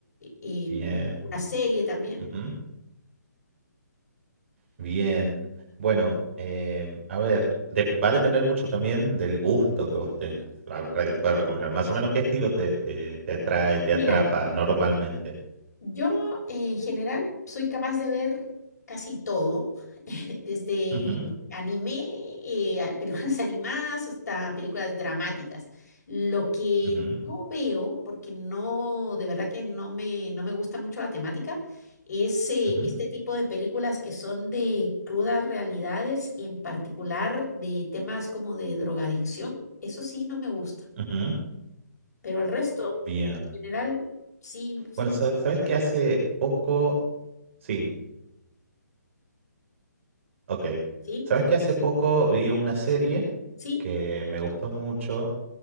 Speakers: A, on the left; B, on the right.
A: eh,
B: Bien,
A: una serie también.
B: ujú, bien. Bueno, em, a ver, dep- va a depender mucho también del gusto que vos tengas pa- para, que te pueda recomendar. Más o menos, ¿qué estilo te, te, te atrae, te
A: Mira.
B: atrapa normalmente?
A: Yo eh, en general soy capaz de ver casi todo, <laughs> desde
B: Ujú,
A: anime, eh, a- películas <laughs> animadas hasta películas dramáticas. Lo que
B: ujú,
A: no veo, porque no, de verdad que no me, no me gusta mucho la temática, es eh,
B: ujú,
A: este tipo de películas que son de crudas realidades, en particular de temas como de drogadicción. Eso sí no me gusta,
B: ujú.
A: pero el resto,
B: Bien.
A: en general, sí, sí
B: Bueno,
A: me
B: sa- ¿sabes
A: gusta,
B: que hace poco? Sí, ok.
A: ¿sí?
B: ¿Sabes que hace poco vi una serie
A: Sí,
B: que me gustó mucho,